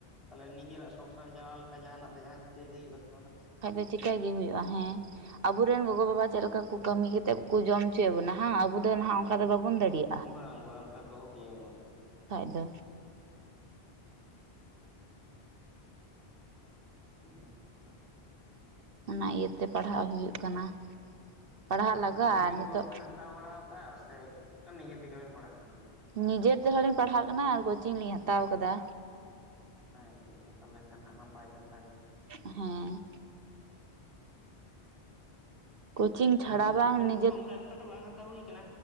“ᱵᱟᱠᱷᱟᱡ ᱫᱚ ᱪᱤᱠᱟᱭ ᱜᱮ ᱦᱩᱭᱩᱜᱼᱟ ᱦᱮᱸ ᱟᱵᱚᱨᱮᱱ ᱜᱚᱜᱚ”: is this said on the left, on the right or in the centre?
Right